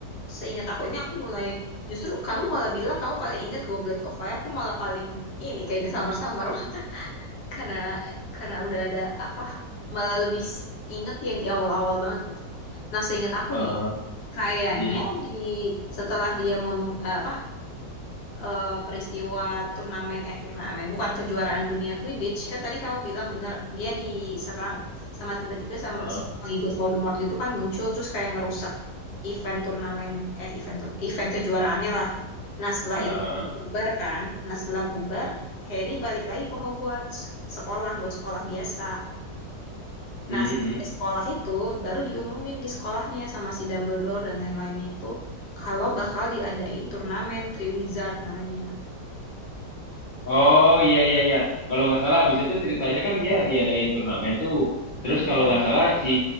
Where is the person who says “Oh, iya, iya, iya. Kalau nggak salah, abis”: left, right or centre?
Left